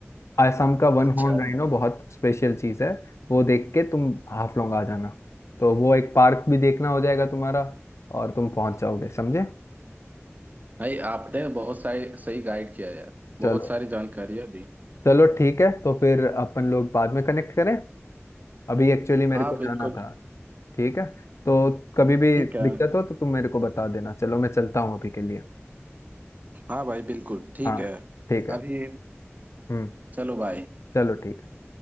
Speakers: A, on the left (about 75°); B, on the right (about 35°).
A: असम का वन
B: अच्छा
A: हॉर्न राइनो बहुत स्पेशल चीज है वो देख के तुम हाफलोंग आ जाना तो वो एक पार्क भी देखना हो जाएगा तुम्हारा और तुम पहुंच जाओगे समझे
B: भाई आपने बहुत सारी सही गाइड किया यार
A: चलो
B: बहुत सारी जानकारियां दी
A: चलो ठीक है तो फिर अपन लोग बाद में कनेक्ट करें अभी एक्चुअली मेरे
B: हाँ
A: को
B: बिल्कुल
A: जाना था ठीक है तो कभी भी
B: ठीक है
A: दिक्कत हो तो तुम मेरे को बता देना चलो मैं चलता हूँ अभी के लिए
B: हाँ भाई बिल्कुल ठीक
A: हाँ
B: है
A: ठीक है
B: अभी
A: हम्म
B: चलो भाई
A: चलो ठीक है